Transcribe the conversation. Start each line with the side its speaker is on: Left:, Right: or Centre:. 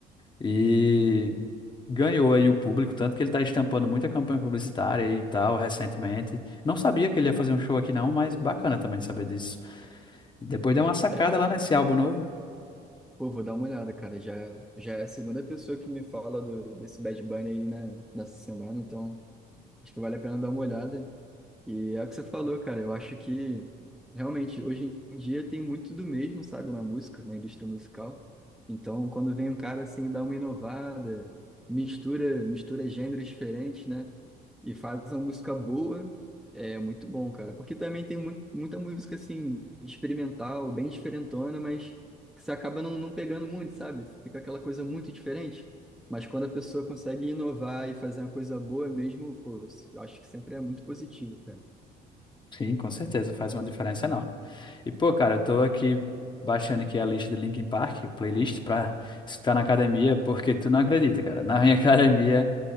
Left: e ganhou aí o público, tanto que ele está estampando muita campanha publicitária e tal recentemente. Não sabia que ele ia fazer um show aqui não, mas bacana também saber disso. E depois deu uma sacada
Centre: É,
Left: lá nesse álbum novo.
Centre: pô, vou dar uma olhada, cara. Já, já é a segunda pessoa que me fala do, desse Bad Bunny aí, né, nessa semana, então Acho que vale a pena dar uma olhada. E é o que você falou, cara. Eu acho que realmente hoje em dia tem muito do mesmo, sabe, na música, na indústria musical. Então, quando vem um cara assim, dá uma inovada, mistura, mistura gêneros diferentes, né? E faz uma música boa, é muito bom, cara. Porque também tem mu muita música assim, experimental, bem diferentona, mas que você acaba não, não pegando muito, sabe? Fica aquela coisa muito diferente. Mas quando a pessoa consegue inovar e fazer uma coisa boa mesmo, pô, eu acho que sempre é muito positivo, cara.
Left: Sim, com certeza, faz uma diferença enorme. E, pô, cara, eu tô aqui baixando aqui a lista de Linkin Park, playlist, pra escutar na academia, porque tu não acredita, cara. Na minha <laughs> academia